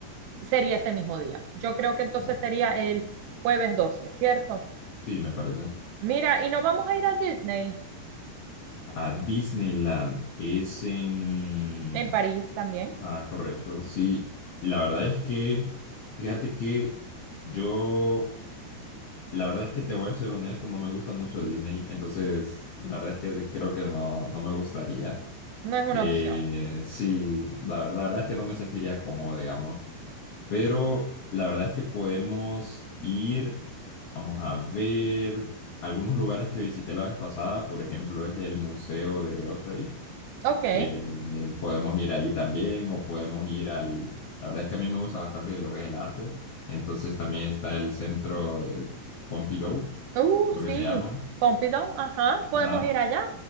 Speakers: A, on the right; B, on the left.
A: Sería ese mismo día. Yo creo que entonces
B: Ajá.
A: sería el jueves 12, ¿cierto?
B: Sí, me parece.
A: Mira, y nos vamos a ir a Disney
B: A Disneyland es en...
A: en París también.
B: Ajá, correcto. Sí, la verdad es que, fíjate que yo La verdad es que te voy a ser honesto, no me gusta mucho Disney, entonces la verdad es que de- creo que no, no me gustaría.
A: No es una
B: Eh,
A: opción.
B: sí, la, la verdad es que no me sentiría cómodo, digamos, pero la verdad es que podemos ir, vamos a ver, algunos lugares que visité la vez pasada, por ejemplo, es el Museo de Osrey
A: Ok.
B: que podemos ir ahí también o podemos ir al... La verdad es que a mí me gusta bastante lo que es el arte, entonces también está el centro, el Pompidou,
A: Uh,
B: creo que
A: sí,
B: se llama.
A: Pompidou, ajá, podemos
B: Ah,
A: ir allá.